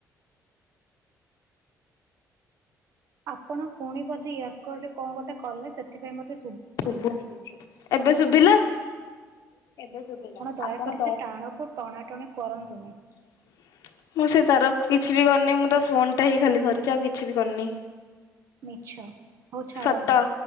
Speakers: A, on the right (about 50°); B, on the left (about 70°).
A: ଆପଣ ପୁଣି ବୋଧେ ୟାରକୋର୍ଟରେ କଣ ଗୋଟେ କଲେ ସେଥିପାଇଁ ମତେ
B: ଶୁଭୁନି ।ଏବେ ଶୁଭିଲା। ଏବେ ଶୁଭିଲା
A: ଦୟାକରି
B: ଆପଣ
A: ସେ ଟାଣକୁ ଟଣାଟଣି କରନ୍ତୁନି।
B: <inaudible> ମୁଁ ସେ ତ କିଛି ବି କରିନି ମୁଁ ତ ଫୋନଟା ହେଇ ଖାଲି ଧରିଛି। ଆଉ କିଛି ବି କରିନି।
A: ମିଛ ହଉ ଛାଡ଼ନ୍ତୁ
B: ସତ।